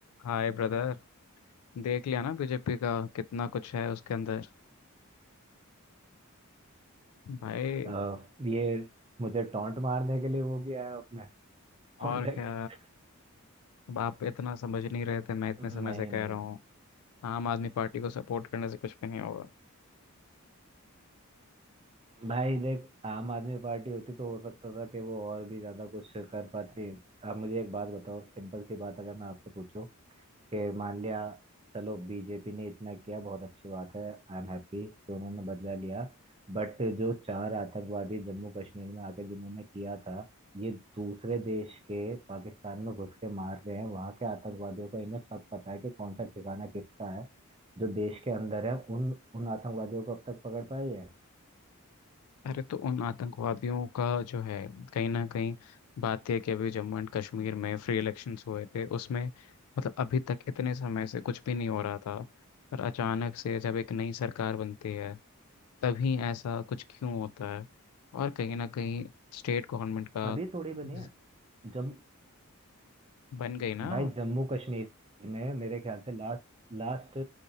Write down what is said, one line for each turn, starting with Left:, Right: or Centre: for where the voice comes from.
Left: हाय ब्रदर देख लिया ना बीजेपी का कितना कुछ है उसके अंदर भाई
Right: अ, ये मुझे टॉन्ट मारने के लिए वो किया है अपने कांटेक्ट
Left: और क्या अब आप इतना समझ नहीं रहे थे मैं इतने
Right: नहीं
Left: समय से कह
Right: नहीं
Left: रहा हूँ आम आदमी पार्टी को सपोर्ट करने से कुछ भी नहीं होगा
Right: भाई देख आम आदमी पार्टी होती तो हो सकता था कि वो और भी ज्यादा कुछ कर पाती अब मुझे एक बात बताओ सिंपल सी बात अगर मैं आपसे पूछूं कि मान लिया चलो बीजेपी ने इतना किया बहुत अच्छी बात है आई एम हैप्पी कि उन्होंने बदला लिया बट जो चार आतंकवादी जम्मू कश्मीर में आके जिन्होंने किया था ये दूसरे देश के पाकिस्तान में घुस के मार रहे हैं वहां के आतंकवादियों को इन्हें सब पता है कि कौन सा ठिकाना किसका है जो देश के अंदर है उन उन आतंकवादियों को अब तक पकड़ पाई है
Left: अरे तो उन आतंकवादियों का जो है कहीं ना कहीं बात यह कि अभी जम्मू एंड कश्मीर में फ्री इलेक्शंस हुए थे उसमें मतलब अभी तक इतने समय से कुछ भी नहीं हो रहा था और अचानक से जब एक नई सरकार बनती है तभी ऐसा कुछ क्यों होता है और कहीं ना कहीं स्टेट गवर्नमेंट का
Right: अभी थोड़ी बनी
Left: जिस-
Right: है जब
Left: बन गई ना
Right: भाई जम्मू कश्मीर में मेरे ख्याल से लास्ट लास्ट